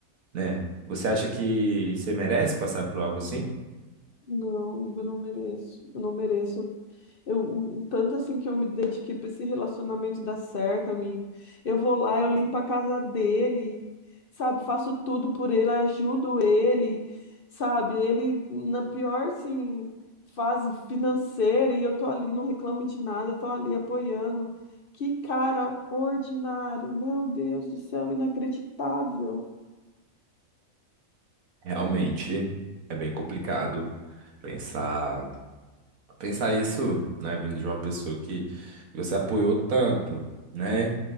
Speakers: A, on the right; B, on the left.
A: né? Você acha que você merece passar por algo assim?
B: Não, eu não mereço. Eu não mereço. Eu, o, o tanto assim que eu me dediquei para esse relacionamento dar certo, amigo. Eu vou lá, eu limpo a casa dele, sabe? Faço tudo por ele, ajudo ele, sabe? Ele na pior, assim, fase financeira e eu tô ali, não reclamo de nada, tô ali apoiando. Que cara ordinário, meu Deus do céu, inacreditável.
A: Realmente é bem complicado pensar. Pensar isso, né, vindo de uma pessoa que você apoiou tanto, né?